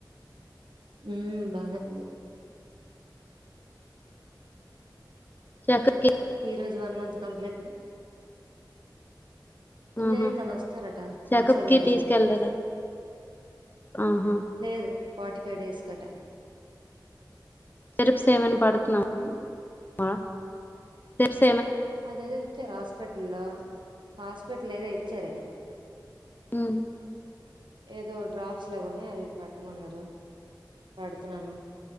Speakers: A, on the right (about 85°); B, on the left (about 25°).
A: ఉ బానే ఉంది
B: చెకకి
A: ఈ రోజు వన్ మంత్ కంప్లీటెడ్
B: ఆహా
A: లేదలా ఒస్తారట
B: చెకప్
A: ఆసదేదలు
B: కి తీసుకెళ్లేదా ఆహా
A: లేదు ఫార్టీ ఫైవ్ డేస్ కట
B: సీరప్స్ ఏమన్నా పడుతున్నా
A: ఉమ్
B: వ సే
A: అదేదో ఇచ్చారు హోపిటల్లో హాస్పిటల్లో ఏదో ఇచ్చారె
B: ఉ
A: ఏదో డ్రాప్స్ లా గున్నయి అవి పెట్టమన్నారు పెడుతున్నాను